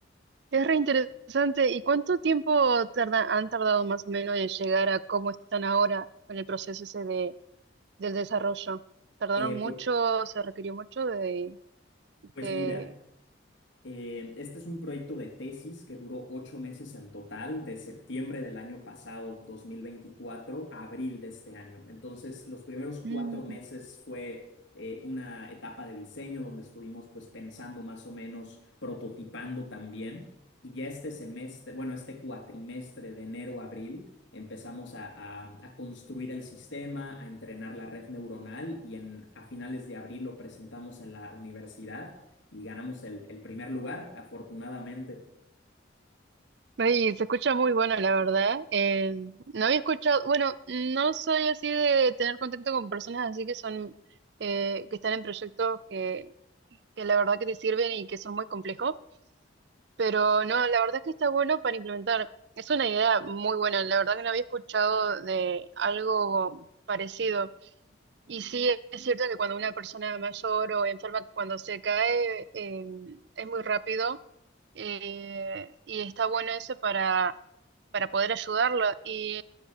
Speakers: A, on the right; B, on the left.
A: Es re interesante. ¿Y cuánto tiempo tarda- han tardado más o menos en llegar a cómo están ahora con el proceso ese de, del desarrollo? ¿Tardaron
B: Eh,
A: mucho?
B: pu-
A: ¿Se requirió mucho de,
B: pues,
A: de-
B: mira, Eh, este es un proyecto de tesis que duró ocho meses en total, de septiembre del año pasado, 2024, a abril de este año. Entonces, los primeros
A: mm,
B: cuatro meses fue eh, una etapa de diseño donde estuvimos pues pensando más o menos, prototipando también. Y ya este semestre, bueno, este cuatrimestre de enero a abril, empezamos a, a- a construir el sistema, a entrenar la red neuronal y en, a finales de abril lo presentamos en la universidad y ganamos el, el primer lugar, afortunadamente.
A: Oye, se escucha muy bueno, la verdad. Eh, no había escuchado, bueno, no soy así de tener contacto con personas así que son, eh, que están en proyectos que, que la verdad que te sirven y que son muy complejos, pero no, la verdad es que está bueno para implementar. Es una idea muy buena, la verdad que no había escuchado de algo parecido. Y sí, es cierto que cuando una persona mayor o enferma, cuando se cae, eh, es muy rápido. eh, y está bueno eso para para poder ayudarlo. ¿Y